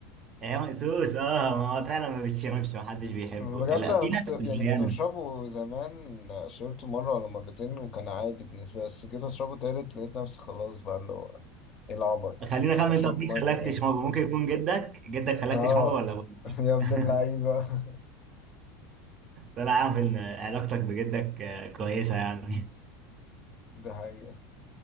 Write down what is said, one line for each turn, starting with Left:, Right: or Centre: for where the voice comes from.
Right: ايام مقسوس اه ما هو فعلا ما بتشربش ما حدش بيحبه
Left: بجد
Right: لا
Left: أنا
Right: في
Left: كنت
Right: ناس
Left: يعني
Right: معينه
Left: كنت بشربه زمان شربته مرة ولا مرتين وكان عادي بالنسبة لي بس جيت أشربه تالت لقيت نفسي خلاص بقى اللي هو إيه العبط ده
Right: خلينا اخمن
Left: بشرب
Right: طب
Left: مية
Right: مين خلاك
Left: مجاهي
Right: تشربه ممكن يكون جدك جدك خلاك
Left: آه
Right: تشربه ولا ابوك <laughs>
Left: <laughs> يا ابن اللعيبة <laughs>
Right: طلع عارف ان علاقتك بجدك آه، كويسه يعني
Left: ده حقيقة